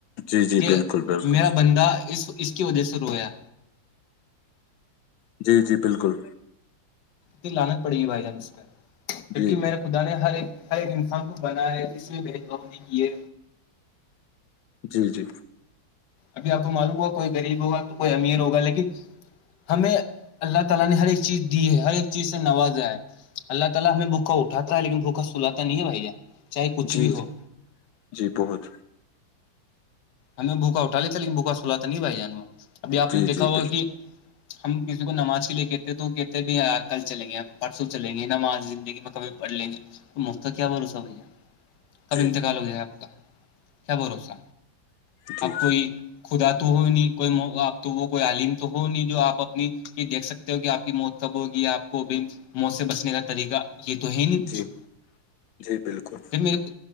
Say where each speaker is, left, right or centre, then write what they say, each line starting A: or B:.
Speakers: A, on the left; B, on the left.
A: جی جی
B: کہ
A: بالکل بالکل
B: میرا ندا اس اس کی وجہ سے رویا
A: جی جی بالکل
B: کنی لانت پڑے گی بھائی جانج پ کیونکہ
A: جی
B: میرے
A: جی
B: خدا نے ہر ایک ہر ایک انسان کو بنایا ہے اس میں بھید بھاؤ نہیں کی ہے
A: جی جی
B: ابھی آپ کو معلوم ہوا کوئی غریب ہوگا تو کوئی امیر ہوگا لیکن ہمیں اللہ تعالی نے ہر ایک چیز دی ہے ہر ایک چیز سے نوازا ہے اللہ تالی ہمیں بوکا اٹھاتا لیکن بھکا سلاتا نہیں بھیا چاہے کچھ
A: جی
B: بھی ہو
A: جی جی بہت
B: ہمیں بھوکا اٹا لیتا لیکن بھوکا سلاا نہیں بھائی ابھی آپ
A: جی
B: نے دیکھا
A: جی
B: ہوا
A: بالکل
B: کہ ہم کسی کو نماز ہی لے کےتے تو کہتے بھی یار کل چلیں گے پرسوں چلیں گے نماز زندگی میں کبھی پڑھ لیں گے مفت کیا بھروسہ بھیا کب
A: جی
B: انتقال ہو جائے آپ کا کیا بھروسہ
A: جی
B: آپ کوئی خدا تو ہو نہیں کوئی آپ تو وہ کوئی عالم تو ہو نہیں جو آپ اپنی کہ دیکھ سکتے ہو کہ آپ کی موت کب ہوگی آپ کوب موت سے بچنے کا طریقہ یہ تو ہے نہیں کچھ
A: جی جی بالکل
B: جب میرے کو